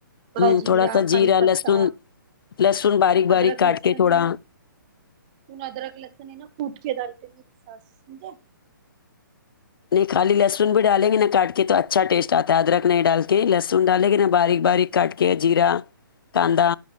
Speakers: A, on the right; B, on the left.
A: تھوڑا
B: ہوں
A: جرا
B: سا جیرا
A: کرڑی پتتا
B: لہسن لہسن باریک باریک
A: ادرک
B: کاٹ
A: لسن
B: کے تھوڑا
A: ہے نا پ ادرک لسن ہے نا کٹ کے ڈالتے میری ساس سمھے
B: نہیں خالی لہسن بھی ڈالیں گے نا کاٹ کے تو اچھا ٹیسٹ آتا ہے ادرک نہیں ڈال کے لہسن ڈالے گی نا باریک باریک کاٹ کے کہ جیرا کاندا